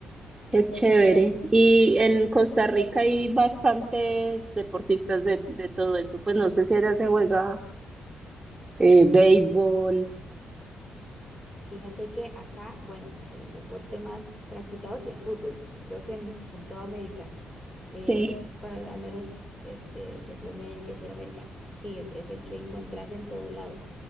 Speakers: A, on the right; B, on the left.
A: Qué chévere. Y en Costa Rica hay bastantes deportistas de, de todo eso. Pues no sé si allá se juega eh, béisbol.
B: Fíjate que acá, bueno, el deporte más practicado es el fútbol, que creo que en, que en toda América, eh,
A: Sí,
B: bueno, al menos este, Centroamérica y Sudamérica, sí, es, es el que encontrás en todo lado.